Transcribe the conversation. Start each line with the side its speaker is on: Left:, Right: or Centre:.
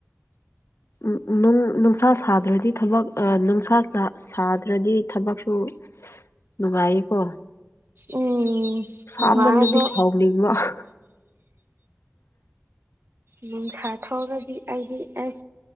Left: ꯎꯝ ꯅꯨꯡꯁꯥ ꯁꯥꯗ꯭ꯔꯗꯤ ꯊꯕꯛ ꯅꯨꯡꯁꯥ ꯁꯥꯗ꯭ꯔꯗꯤ ꯊꯕꯛꯁꯨ ꯅꯨꯡꯚꯏꯀꯣ
Right: ꯎꯝ
Left: ꯁꯥꯝꯕꯜꯅꯗꯤ
Right: ꯅꯨꯡꯉꯥꯏ ꯑꯗꯣ
Left: ꯆꯥꯎꯂꯤꯉꯃ ꯎꯝ
Right: ꯅꯨꯡꯁꯥ ꯊꯑꯒꯗꯤ ꯑꯩꯗꯤ ꯑꯩ